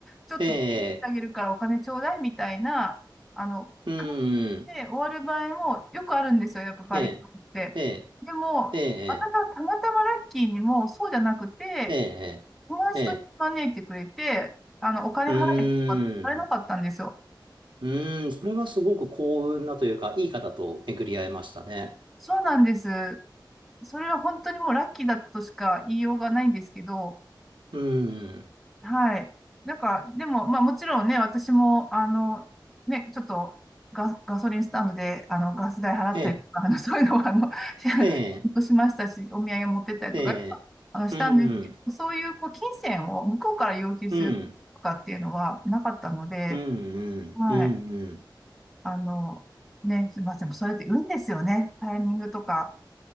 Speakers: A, in the centre; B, on the right.
A: ちょっと手伝ってあげるからお金ちょうだいみたいな、
B: ええ、
A: あの、
B: うん、うん。
A: 感じで終わる場合もよくあるんですよ。やっぱバリカンって。
B: ええ、ええ、
A: でも、
B: ええ、
A: 私はたまたまラッキーにもそうじゃなくて、
B: ええ、
A: 友達と招いてくれて、
B: ええ、
A: あの、お金払えとか言われなかったんですよ。
B: うーん。うーん、それはすごく幸運なというか、いい方と巡り合えましたね。
A: そうなんです。それは本当にもうラッキーだったとしか言いようがないんですけど、
B: うーん、
A: はい。なんか、でも、まあもちろんね、私も、あの、ね、ちょっとガ、ガソリンスタンドで、あの、ガス代払ったりとか、
B: ええ、
A: あの、そういうのは、あの、
B: ええ、
A: <laughs> しましたし、お土産持ってったりとか、
B: ええ、
A: あの、したんですけど、
B: うん、
A: そういう、こう、金銭を向こうから要求するとかっていうのはなかったので、
B: うん、うん、うん、
A: はい。
B: うん、うん。
A: あの、ね、すみません。それって運ですよね。タイミングとか。